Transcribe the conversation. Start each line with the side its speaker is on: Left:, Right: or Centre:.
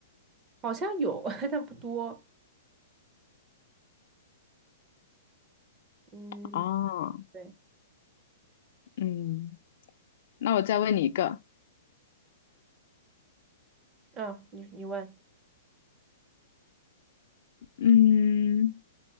Right: 好像有，<laughs> 但不多。嗯，
Left: 哦，
Right: 对，
Left: 嗯，那我再问你一个，
Right: 嗯，你你问，
Left: 嗯，